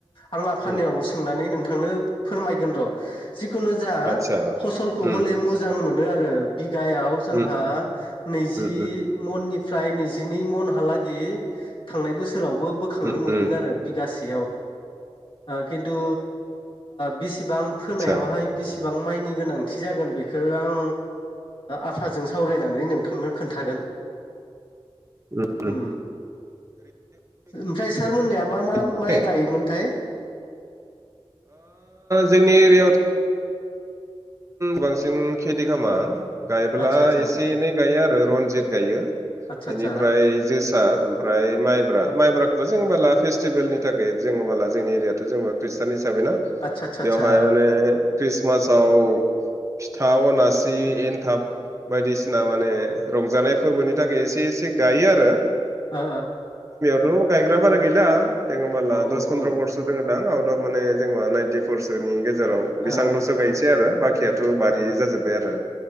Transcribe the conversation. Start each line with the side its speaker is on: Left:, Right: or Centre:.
Left: आं आफानाव
Right: उम
Left: सोंनानै नोंथांनो फोरमायगोन र'। जिखुनु जा
Right: आदसा
Left: फसलखौ
Right: उम
Left: हले मोजां मोनो आरो बि। गायाव जोंहा
Right: उम
Left: नैजि।
Right: उम
Left: मननिफ्राय नैजिनै मनहालागै थांनाय बोसोर। बोसोरावबो बोखांनो
Right: उम
Left: मोनदों
Right: उम
Left: आरो बिगासे। खिथु बिसेबां फोनायावहाय।
Right: आदसा
Left: एसेबां माइनि गोनांथि जागोन बेखौ आं। आफाजों सावरायनानै नोंथांनो खोन्थागोन।
Right: उम
Left: हम।
Right: उम
Left: ओमफ्राय सारमोननाया मा मा
Right: ओरैनो
Left: माइ गायोमोनथाय।
Right: जोंनि एरियायाव। बांसिन खेथि खालामामा। गायब्ला
Left: आदसा
Right: एसे एनै गायो आरो रनजित गायो।
Left: आदसा
Right: बेनिफ्राय जोसा ओमफ्राय माइब्रा माइब्राखौथ' जेनेबा लाफि। फेस्टिभेलनि थाखाय जोङो माला जों एरियाथ' जों खृष्टाननि।
Left: आदसा आदसा
Right: बेवहाय माने ख्रिस्टमासाव।
Left: <inaudible>
Right: फिथा अनासि एनथाब बायदिसिना माने रंजानाय फोरबोनि थाखाय एसे एसे। गायो आरो।
Left: ओ।
Right: बे' गायग्रा बारा गैला दङ होमबोला
Left: ओ
Right: दस
Left: आदसा ओ
Right: पन्द्र'
Left: ओ
Right: खरस दङदां। म जानाइसोनि गेजेराव बेसेबांल'सो
Left: औ
Right: गायनोसै आरो बे बारि जाजोबबाय आरो।